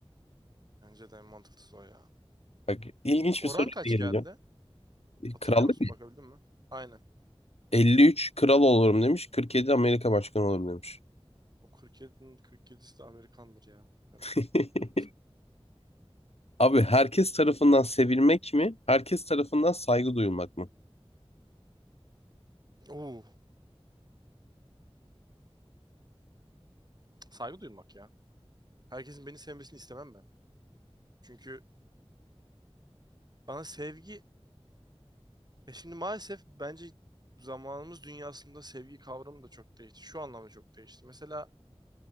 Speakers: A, on the right; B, on the left.
A: Bence de en mantıklısı o ya.
B: Bak ilginç
A: Oran
B: bir soruyla
A: kaç
B: geleceğim.
A: geldi? Hatırlıyor
B: Krallık
A: musun? Bakabildin mi? Aynen.
B: 53 kral olurum demiş, 47 Amerika başkanı olurum demiş.
A: O 47'nin 47'si de Amerikandır ya. Herhalde.
B: <laughs> Abi herkes tarafından sevilmek mi? Herkes tarafından saygı duyulmak mı?
A: Oo, saygı duymak ya. Herkesin beni sevmesini istemem ben. Çünkü bana sevgi E şimdi maalesef bence zamanımız dünyasında sevgi kavramı da çok değişti. Şu anlamda çok değişti. Mesela